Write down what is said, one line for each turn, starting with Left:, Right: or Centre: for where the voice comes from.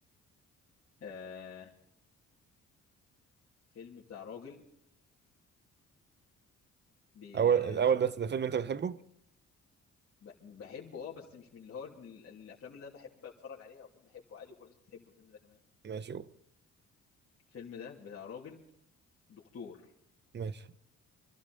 Left: آه فيلم بتاع راجل بيشغل
Right: اول الاول بس ده فيلم انت بتحبه
Left: بحبه اه بس مش من اللي هو من ال- الافلام اللي انا بحب اتفرج عليها وفيلم بحبه عادي وكل الناس بتحبه الفيلم ده كمان
Right: ماشي قول.
Left: الفيلم ده بتاع راجل دكتور
Right: ماشي